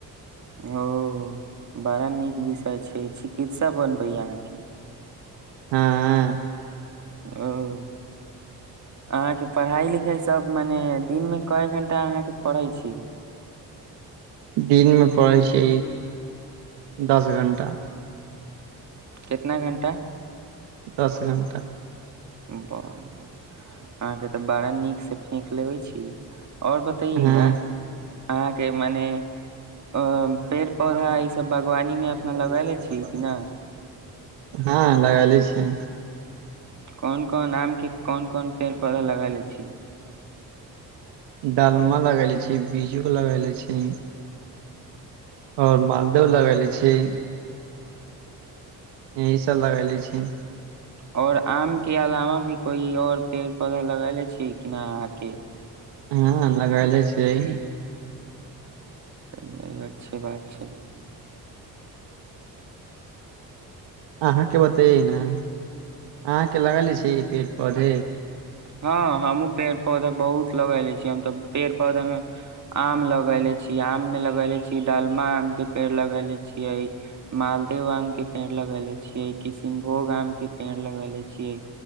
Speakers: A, on the right; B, on the right.
A: ओ बड़ा नीक विषय छैय चिकित्सा बनबै अहाँके
B: हाँ
A: अओ अहाँके पढ़ाई लिखाई सब मने दिन मे कए घंटा अहाँके पढ़ै छी
B: दिनमे पढई छि दस घण्टा
A: केतना घण्टा
B: दस घण्टा
A: ब अहाँके त बड़ा नीक से फेक लेबै छी ओर बताइयेगा
B: हँ
A: अहाँके मने अ पेड़
B: हँ
A: पौधा
B: ने
A: ईसभ बागवानी मे
B: मुम्बई
A: अपना लगेले
B: हैदराबाद
A: छी कि ने
B: हँ लगेली छि
A: कोन कोन आम के कोन कोन पेड़ पौधा लगा ले छी
B: डालमा लगैले छी बीजू लगैले छी ओर मालदह लगैले छी एहि सभ लगैले छी
A: ओर आम के अलावा भी कोई और पेड़ पौधा लगले छी किना अहाँके
B: हँ लगायले छियै
A: चलिए ई अच्छी बात छै
B: अहाँके बतेयै न अहाँके लगले छी ई पेड़ पौधे
A: हँ हमहु पेड़ पौधा बहुत लगेले छीयै हम तऽ पेड़ पौधा में आम लगेले छी आम में लगेले छी डालमा आम के पेड़ लगेले छियै मालदह आमके पेड़ लगेले छियइ किष्णभोग आम के पेड़ लगले छियइ